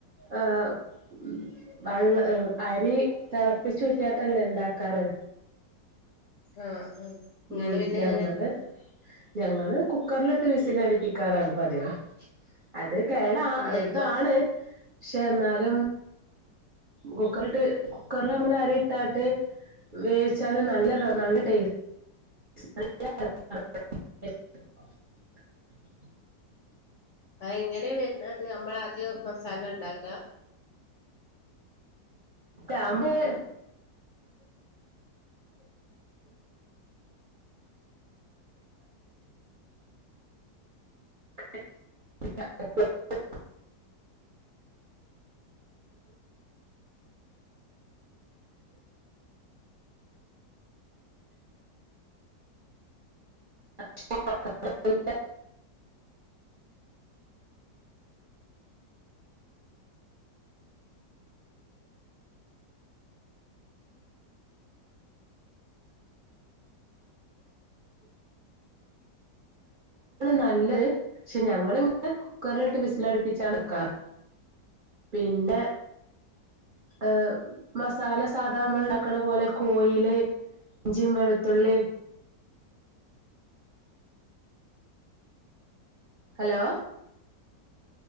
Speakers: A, on the right (about 60°); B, on the left (about 70°).
A: ആ ഉം. വള്ള അരി തെളപ്പിച്ചൂറ്റിയാട്ടല്ലെ ഇണ്ടാക്കാറ്.
B: ആഹ് ആഹ് നിങ്ങള്
A: ഉം.
B: പിന്നെ
A: ഞങ്ങള്
B: എങ്ങനെ
A: ഞങ്ങള് കുക്കറ്ല്ട്ട് വിസിലടിപ്പിക്കാറാണ് പതിവ്. അത് കേടാ
B: എന്നിട്ടോ
A: ഇതാണ് പക്ഷെ ഇന്നാലും. കുക്കറിട്ട്. കുക്കറ്ല് നമ്മള് അരി ഇട്ടാട്ട് വേവിച്ചാലും നല്ല നല്ല ടേസ്റ്റ് <unintelligible>
B: അത് എങ്ങനെ വെര്ന്നത്. നമ്മളാദ്യം മസാല ഇണ്ടാക്ക.
A: <unintelligible> <unintelligible> <inaudible> നല്ലത്. പക്ഷെ ഞങ്ങളിങ്ങനെ കുക്കറ്ലിട്ട് വിസില അടിപ്പിച്ചാണ് ക്കാറ് പിന്നെ ഏഹ് മസാല സാധാ അമ്മള് ഇണ്ടാക്ക്ണ പോലെ കോയില്. ഇഞ്ചിം വെളത്തുള്ളിം. Hello